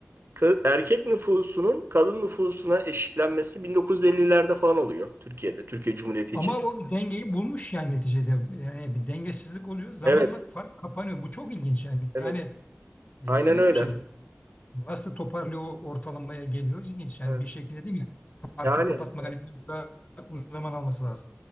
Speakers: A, on the right; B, on the left.
A: Ka- Erkek nüfusunun kadın nüfusuna eşitlenmesi 1950'lerde falan oluyor Türkiye'de, Türkiye Cumhuriyeti
B: Ama
A: için.
B: o dengeyi bulmuş yani neticede. Yani bir dengesizlik oluyor. Zamanla
A: Evet,
B: fark kapanıyor. Bu çok ilginç yani.
A: evet.
B: Yani e,
A: Aynen
B: ilginç
A: öyle.
B: bir şey. Nasıl toparlıyor o ortalamaya geliyor? İlginç yani
A: Evet.
B: bir şekilde değil mi? Farkı
A: Yani
B: kapatmak hani biraz daha uzun zaman alması lazım.